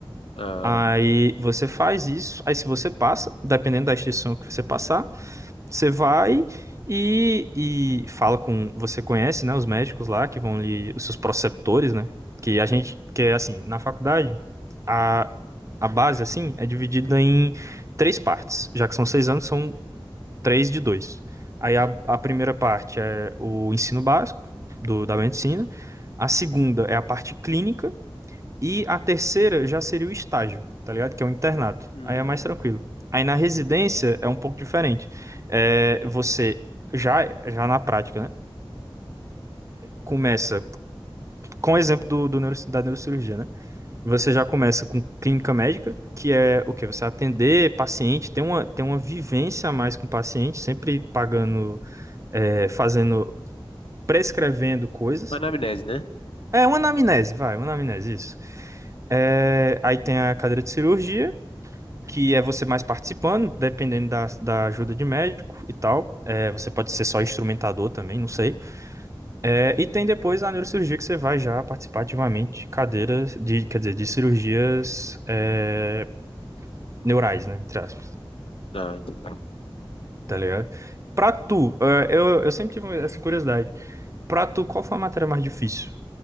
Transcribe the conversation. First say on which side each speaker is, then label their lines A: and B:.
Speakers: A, on the left (about 85°); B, on the right (about 35°).
A: Ah,
B: Aí você faz isso, aí se você passa, dependendo da instituição que você passar, você vai e, e fala com. Você conhece, né? Os médicos lá que vão lhe. Os seus preceptores, né? Que a gente. Que é assim, na faculdade, a, a base, assim, é dividida em três partes. Já que são seis anos, são três de dois. Aí a, a primeira parte é o ensino básico do, da medicina. A segunda é a parte clínica. E a terceira já seria o estágio, tá ligado? Que é o internato.
A: hum,
B: Aí é mais tranquilo. Aí na residência é um pouco diferente. É, você já, já na prática, né? Começa com o exemplo do, do neuro- da neurocirurgia, né? Você já começa com clínica médica, que é o quê? Você atender paciente, tem uma, tem uma vivência a mais com o paciente, sempre pagando, é, fazendo, prescrevendo coisas.
A: anamnese, né?
B: É uma anamnese, vai, uma anamnese, isso. É, aí tem a cadeira de cirurgia, que é você mais participando, dependendo da, da ajuda de médico e tal. É, você pode ser só instrumentador também, não sei. É, e tem depois a neurocirurgia que você vai já participar ativamente de cadeiras, de, quer dizer, de cirurgias é, neurais, né? Entre aspas,
A: Ah, entendi.
B: tá ligado? Pra tu, é, eu, eu sempre tive essa curiosidade. Pra tu, qual foi a matéria mais difícil?